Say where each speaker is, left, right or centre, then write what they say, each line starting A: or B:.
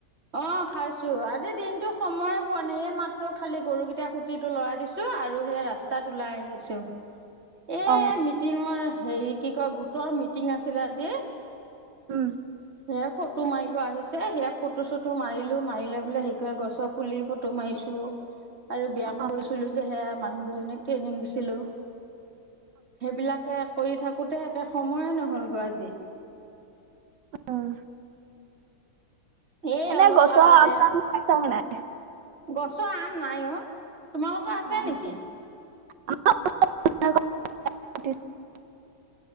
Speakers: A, on the right (about 35°); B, on the right (about 75°).
A: অ খাইছোঁ। আজি দিনতো সময়ে পোৱা নাই। এই মাত্ৰ খালি গৰুকেইটা সুটিটো লৰাই দিছোঁ আৰু সেই ৰাস্তাত ওলাই আহিছোঁ। এ
B: অ
A: মিটিঙৰ হেৰিত কি কয় গোটৰ মিটিং আছিলে আজি।
B: উম
A: সে ফটো মাৰিব আহিছে সেয়া ফটো চটো মাৰিলো মাৰি লৈ পেলাই সেইকাৰে গছৰ পুলি ফটো মাৰিছো আৰু ব্যায়াম
B: অ
A: কৰিছিলো যে সেয়া মানুহ এনেক ট্ৰেইনিং দিছিলো সেইবিলাকে কৰি থাকোতে একে সময়ে নহল গৈ আজি
B: উম
A: এই
B: এনেই
A: অলপ
B: গছৰ
A: আগতে
B: আম-চাম খাইছ নে নাই?
A: গছৰ আম নাই অ তোমালোকৰ আছে
B: নাই
A: নেকি
B: <inaudible>